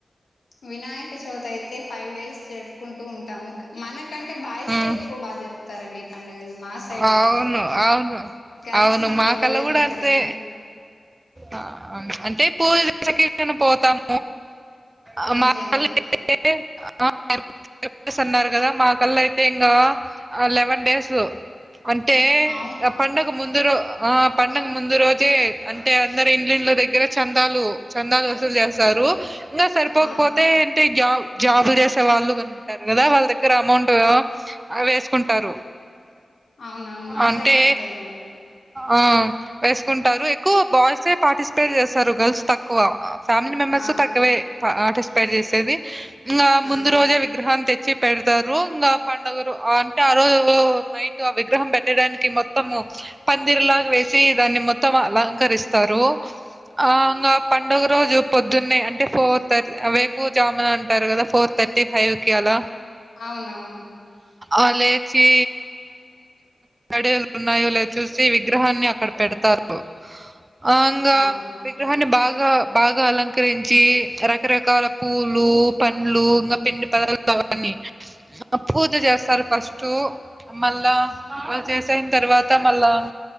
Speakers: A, on the left (about 85°); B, on the right (about 25°).
A: వినాయక చవిత అయితే ఫైవ్ డేస్ జరుపుకుంటూ ఉంటాము క మనకంటే బైసే
B: ఉమ్
A: ఎక్కువ బాగా జరుపుతారండి ఈ పండుగని మా సైడ్
B: అవును
A: అయితే
B: అవును
A: గర్ల్స్
B: అవును
A: మనం
B: మా
A: వెళ్ళలేము
B: కల్ల కూడా
A: అక్కడికి
B: అంతే ఆ అంటే పోయే సెకండ్ కన్నా పోతాం ఆ
A: అంతే
B: మా
A: అంతే
B: వాళ్ళు ఏ ఆరు డస్ అన్నారు కదా మా కల్లా అయితే ఇంగా లెవెన్ డేస్ అంతే
A: అవును
B: అప్ పండగ ముందు రో ఆ పండగ ముందు రోజే అంటే అందరు ఇండ్లిండ్ల దగ్గర చందాలు చందాలు వసూలు చేస్తారు ఇంగా సరిపోకపోతే
A: ఆ
B: ఏంటే జ జాబులు చేసే వాళ్ళుగాని ఉంటారు కదా వాళ్ళ దగ్గర అమౌంట్ ఆ వేసుకుంటారు
A: అవునవును మా
B: అంటే
A: సైడు అంతే అండి
B: ఆ వేసుకుంటారు ఎక్కువ బాయ్సే పార్టిసిపేట్ చేస్తారు గర్ల్స్ తక్కువ ఫ్యామిలీ మెంబర్స్
A: ఆ
B: తక్కువే ప పార్టిసిపేట్ చేసేది ఇంకా
A: ఆ
B: ముందు రోజే విగ్రహం తెచ్చ వచ్చి పెడతారు ఇంకా పండుగరు అంటే ఆ రోజు నైట్ ఆ విగ్రహం పెట్టడానికి మొత్తము పందిర్లాగా వేసి దాన్ని మొత్తం అలంకరిస్తారు ఆ గా పండుగ రోజు పొద్దున్న అంటే ఫోర్ థర్టీ అవేకు జామున అంటారు కదా ఫోర్ థర్ ర్టీ ఫైవ్ కి అల
A: అవునవును
B: అ లేచి డన్నాయో లేద్ చూసి విగ్రహాన్ని అక్కడ పెడతారు అంగా
A: ఆ
B: విగ్రహాన్ని బాగా బాగా అలంకరించి రకరకాల పూలు పండ్లు ఇంగ పిండి తరు అవన్నీ పూజ చేస్తారు ఫస్ట్ మళ్ళ వాళ్ళు చేసిన తర్వాత మళ్ళా